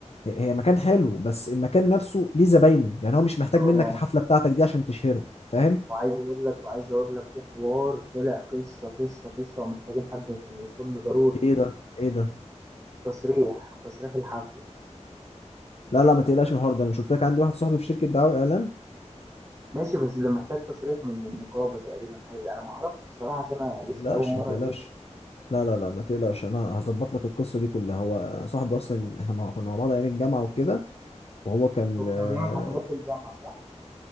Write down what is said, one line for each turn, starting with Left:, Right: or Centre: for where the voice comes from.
Left: هي مكان حلو بس المكان نفسه ليه زباينه يعني هو مش محتاج
Right: اه
Left: منك الحفله بتاعتك دي عشان تشهره فاهم
Right: وعايز اقول لك وعايز اقول لك في حوار طلع قصة قصة قصة ومحتاجين حد يخلصه لنا ضروري
Left: ايه ده ايه ده
Right: تصريح تصريح الحفلة
Left: لا لا ما تقلقش من الحوار ده انا مش قلت لك عندي واحد صاحبي في شركه دعايه واعلان ما
Right: ماشي بس ده محتاج تصريح من النقابة تقريبا حاجة انا ما اعرفش الصراحة عشان انا
Left: تقلقش
Right: لسه اول مرة
Left: ما تقلقش لا لا لا ما تقلقش انا هظبط لك القصه دي كلها هو صاحبي اصلا احنا مع- كنا مع بعض ايام الجامعه وكده وهو كان
Right: هو
Left: آه،
Right: كان بيعمل حفلات في الجامعة صح؟